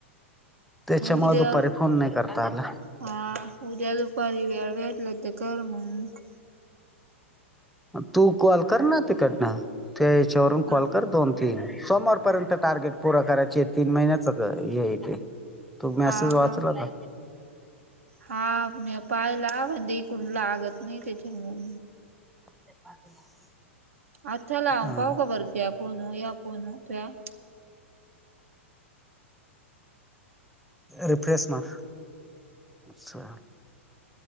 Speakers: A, in the centre; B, on the right.
A: त्याच्यामुळे
B: उद्या
A: दुपारी फोन नाही करता आला.
B: हा उद्या दुपारी वेळ भेटला तर कर मग
A: तू कॉल कर ना तिकडनं. ते याच्यावरून
B: हा
A: कॉल कर दोनतीन सोमवार - पर्यंत टार्गेट पूरा करायची तीन महिन्याच हेे हाय ते तू मेसेज
B: हा
A: वाचला
B: हा
A: का
B: हा मी पायला म्हणजे इकडून लागत नाही त्याच्यामुळ
A: <inaudible>
B: अ, चला
A: हा
B: पाहू का बरं घ्या फोण या फोन तूयाऽ
A: रिफ्रेश मार -